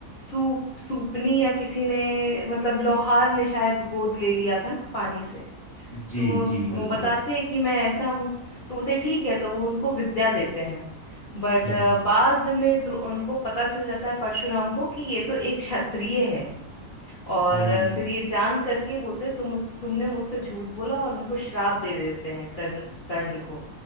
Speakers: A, on the left; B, on the right.
A: सूप सूपनी या किसी ने मतलब लोहार ने शायद गोद ले लिया था ना पानी से
B: जी
A: तो वो
B: जी बिल्कुल
A: वो बताते हैं कि मैं ऐसा हूँ तो बोलते हैं, ठीक है तो वो उनको विद्या देते हैं बट
B: हम्म
A: बाद में द्रो- उनको पता चल जाता है परशुराम को कि ये तो एक क्षत्रिय है और
B: हम्म
A: अ, फिर ये जान करके बोलते हैं तुम तुमने मुझसे झूठ बोला और उनको श्राप दे देते हैं कर्ण कर्ण को